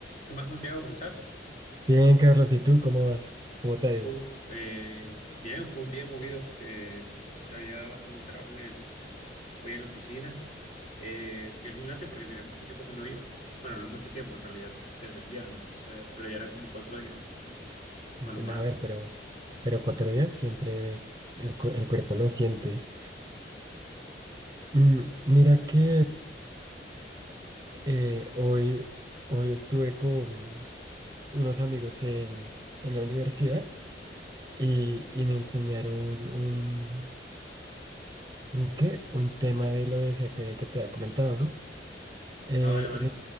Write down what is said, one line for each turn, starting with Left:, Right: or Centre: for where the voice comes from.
Left: ¿Qué más, Santiago? ¿Cómo estás?
Right: Bien, Carlos, ¿y tú cómo vas? ¿Cómo te ha ido?
Left: Uf, eh, bien, fue un día movido. eh, había bastante trabajo en el, hoy en la oficina. Eh, fui al gimnasio porque tenía mucho tiempo que no he ido. Bueno, no mucho tiempo en realidad, desde el viernes, o sea, pero ya era como cuatro días.
Right: Bueno,
Left: Bueno, más.
Right: A ver, pero, pero cuatro días siempre es, el, cu- el cuerpo lo siente. Mm, mira que eh, hoy, hoy estuve con unos amigos en, en la universidad y, y me enseñaron un, un ¿qué? Un tema de lo de CFD que te había comentado, ¿no? Eh,
Left: Ah, vale, vale.